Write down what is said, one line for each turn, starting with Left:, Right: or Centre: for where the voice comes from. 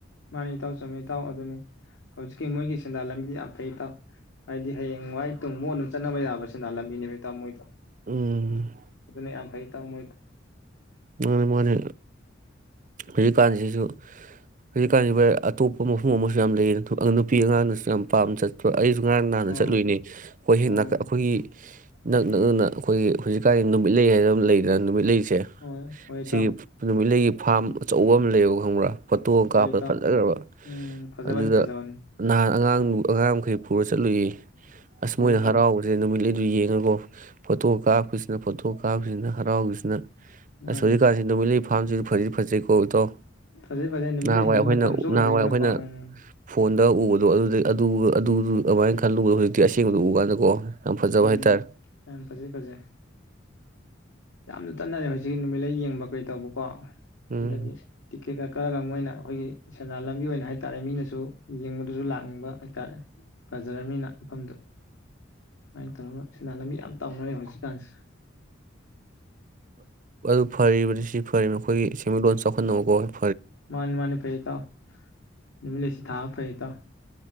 Left: ꯃꯥꯅꯤ ꯏꯇꯥꯎ ꯆꯨꯝꯃꯤ ꯢꯇꯥꯎ ꯑꯗꯨꯅꯤ ꯍꯧꯖꯤꯛꯀꯤ ꯃꯣꯏꯒꯤ ꯁꯦꯟꯗꯥꯥꯟ ꯂꯝꯕꯤꯗꯤ ꯌꯥꯝ ꯐꯩ ꯢꯇꯥꯎ ꯍꯥꯏꯗꯤ ꯍꯌꯦꯡ ꯋꯥꯏ ꯇꯨꯡ ꯃꯨ ꯑꯗꯨꯝ ꯆꯠꯅꯕ ꯌꯥꯕ ꯁꯤꯜꯂ ꯃꯤꯅꯦꯕ ꯏꯇꯥꯎ ꯃꯣꯏꯗꯣ
Right: ꯎꯝ
Left: ꯑꯗꯨꯅꯦ ꯌꯥꯝ ꯐꯩ ꯇꯝꯃꯣꯏꯗ
Right: ꯃꯥꯅꯦ ꯃꯥꯅꯦ ꯍꯧꯖꯤꯛꯀꯥꯟꯁꯤꯁꯨ ꯍꯧꯖꯤꯛꯀꯥꯟꯁꯤ ꯚꯥꯏ ꯑꯇꯣꯞꯄ ꯃꯐꯝ ꯑꯃꯁꯨ ꯌꯥꯝ ꯂꯩꯌꯦ ꯅꯨꯄꯤ ꯑꯉꯥꯡꯅꯁꯨ ꯌꯥꯝ ꯄꯥꯝꯅ ꯆꯠꯄ ꯑꯩꯁꯨ ꯉꯔꯥꯡ ꯍꯥꯟꯟꯅ
Left: ꯎꯝ
Right: ꯆꯠꯂꯨꯏꯅꯦ ꯍꯈꯣꯏ ꯍꯦꯛ
Left: ꯎꯝ
Right: ꯅꯥꯀꯟ ꯑꯩꯈꯣꯏꯒꯤ ꯅꯛ ꯅꯛꯅꯅ ꯑꯩꯈꯣꯏꯒꯤ ꯍꯧꯖꯤꯛꯀꯥꯟꯒꯤ ꯅꯨꯃꯤꯠ ꯂꯩ ꯍꯥꯏꯕ ꯑꯃ ꯂꯩꯗꯅ ꯅꯨꯃꯤꯠ ꯂꯩꯁꯤ
Left: ꯍꯣꯏ ꯍꯣꯏ ꯏꯇꯥꯎ
Right: ꯁꯤꯒꯤ ꯅꯨꯃꯤꯠ ꯂꯩꯒꯤ ꯐꯥꯝ ꯑꯆꯧꯕ ꯑꯃ ꯂꯩꯌꯦꯕ ꯈꯪꯕ꯭ꯔꯥ ꯐꯣꯇꯣ
Left: ꯍꯣꯏ
Right: ꯀꯥꯞꯄꯗ
Left: ꯏꯇꯥꯎ
Right: ꯐꯖꯈ꯭ꯔꯕ
Left: ꯎꯝ ꯐꯖꯕꯅꯤ
Right: ꯑꯗꯨꯗ
Left: ꯐꯖꯕꯅꯤ
Right: ꯅꯍꯥ ꯑꯉꯥꯡꯗꯨ ꯑꯉꯥꯡ ꯃꯈꯩ ꯄꯨꯔ ꯆꯠꯂꯨꯏ ꯑꯁ
Left: ꯍꯣꯏ
Right: ꯃꯣꯏꯅ
Left: ꯏꯇꯥꯎ
Right: ꯍꯔꯥꯎꯕꯁꯦ ꯅꯨꯃꯤꯠꯂꯩ ꯑꯗꯨ ꯌꯦꯡꯉꯀꯣ ꯐꯣꯇꯣ ꯀꯥꯞꯄꯁꯤꯅ ꯐꯣꯇꯣ ꯀꯥꯞꯄꯁꯤꯅ ꯍꯔꯥꯎꯈꯤꯕꯁꯤꯅ
Left: ꯃꯥꯅꯦ
Right: ꯑꯁ ꯍꯧꯖꯤꯛꯀꯥꯟꯁꯦ ꯅꯨꯃꯤꯠꯂꯩ ꯐꯨ ꯐꯥꯝꯁꯤꯁꯨ ꯐꯥꯗꯤ ꯐꯥꯖꯩ ꯀꯣ ꯏꯇꯥꯎ
Left: ꯐꯖꯩ ꯐꯖꯩ ꯅꯨꯃꯤꯠ
Right: ꯅꯍꯥꯟꯋꯥꯏ
Left: ꯂꯩꯁꯤꯕꯒꯤ
Right: ꯑꯩꯈꯣꯏꯅ
Left: ꯃꯇꯝꯁꯨ ꯑꯣꯏꯕꯅꯤꯅꯀꯣ
Right: ꯅꯍꯥꯟꯋꯥꯏ ꯑꯩꯈꯣꯏꯅ
Left: ꯎꯝ
Right: ꯐꯣꯟꯗ ꯎꯕ ꯑꯗꯣ ꯑꯗꯨꯗꯩ ꯑꯗꯨ ꯑꯗꯨꯗꯨ ꯑꯃꯥꯏꯅ ꯈꯜꯂꯨꯕꯗꯣ ꯍꯧꯖꯤꯛꯇꯤ ꯑꯁꯦꯡꯕꯗ ꯎ ꯀꯥꯟꯗꯀꯣ ꯌꯥꯝ ꯐꯖꯕ
Left: ꯎꯝ
Right: ꯍꯥꯏꯇꯥꯔꯦ
Left: ꯌꯥꯝ ꯐꯖꯩ ꯐꯖꯩ ꯌꯥꯝꯅꯁꯨ ꯆꯠꯅꯔꯦ ꯍꯧꯖꯤꯛꯀꯤ ꯅꯨꯃꯤꯠꯂ ꯌꯦꯡꯕ ꯀꯩ ꯇꯧꯕꯀꯣ
Right: ꯎꯝ
Left: ꯑꯗꯒꯤ ꯇꯤꯀꯦ ꯇꯤꯀꯦꯀꯛ ꯀꯛꯑꯒ ꯃꯣꯏꯅ ꯑꯩꯈꯣꯏꯒꯤ ꯁꯦꯟꯗꯥꯟ ꯂꯝꯕꯤ ꯑꯣꯏꯅ ꯍꯥꯏ ꯇꯥꯔꯦ ꯃꯤꯅꯁꯨ ꯌꯦꯡꯕꯗꯁꯨ ꯂꯥꯛꯅꯤꯡꯕ ꯍꯥꯏ ꯇꯥꯔꯦ ꯐꯖꯔꯕꯅꯤꯅ ꯃꯐꯝꯗꯨ ꯁꯨꯃꯥꯏꯅ ꯇꯧꯔꯅ ꯁꯦꯟꯗꯥꯟ ꯂꯝꯕꯤ ꯌꯥꯝ ꯇꯧꯅꯔꯦ ꯍꯧꯖꯤꯛꯀꯥꯟꯁꯦ꯫
Right: ꯑꯗꯨ ꯐꯔꯤꯕꯗꯤ ꯁꯤ ꯐꯅ ꯑꯩꯈꯣꯏꯒꯤ ꯁꯦꯃꯤꯠꯂꯣꯟ ꯆꯥꯎꯈꯠꯅꯕ ꯀꯣ꯫
Left: ꯃꯥꯅꯤ ꯃꯥꯅꯤ ꯐꯩ꯫ <unintelligible> ꯅꯨꯃꯤ ꯂꯩꯁꯤ ꯊꯥꯕ ꯐꯩ ꯢꯇꯥꯎ